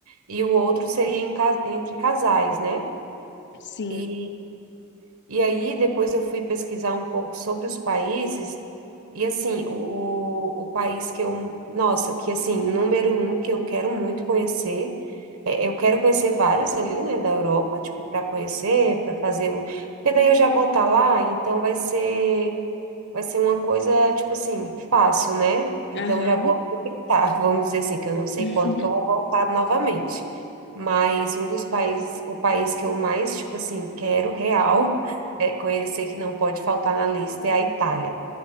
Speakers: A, on the right (about 75°); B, on the left (about 55°).
A: e o outro seria em ca- entre casais, né?
B: sim,
A: E, e aí depois eu fui pesquisar um pouco sobre os países e assim, o, o país que eu, nossa, que assim, número um que eu quero muito conhecer, é, eu quero conhecer vários ali, né, da Europa, tipo, para conhecer, para fazer o, porque daí eu já vou estar lá, então vai ser vai ser uma coisa, tipo assim, fácil, né? Então
B: aham.
A: já vou aproveitar, <laughs> vamos dizer assim, que eu não sei
B: <laughs>
A: quando que eu vou voltar novamente. Mas um dos países, o país que eu mais, tipo assim, quero real, <laughs> é conhecer que não pode faltar na lista é a Itália.